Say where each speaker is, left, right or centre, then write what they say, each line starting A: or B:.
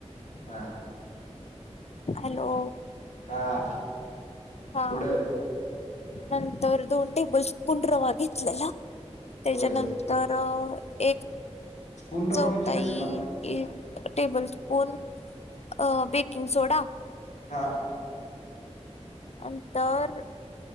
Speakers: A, on the left; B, on the left.
A: हा,
B: हॅलो
A: हा.
B: हा,
A: पुढं
B: नंतर दोन टेबलस्पून रवा घेतलेला. त्याच्यानंतर
A: होय
B: एक
A: पूर्ण रवा
B: चौथाई
A: म्हणजे कसला
B: एक टेबलस्पून अं, बेकिंग सोडा.
A: हां.
B: नंतर,